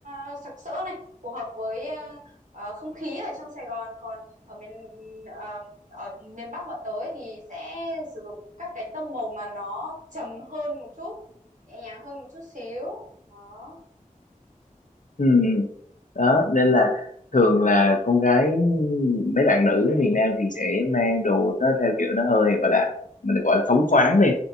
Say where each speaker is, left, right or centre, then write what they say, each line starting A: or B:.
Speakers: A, on the right; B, on the left.
A: ờ, sặc sỡ này phù hợp với ờ, ờ, không khí ở trong Sài Gòn còn ở miền ờ, ở miền Bắc bọn tới thì sẽ sử dụng các cái tông màu mà nó trầm hơn một chút nhẹ nhàng hơn một chút xíu đó
B: ừ đó nên là thường là con gái mấy bạn nữ ở miền Nam thì sẽ mang đồ nó theo kiểu nó hơi gọi là mình gọi là phóng khoáng đi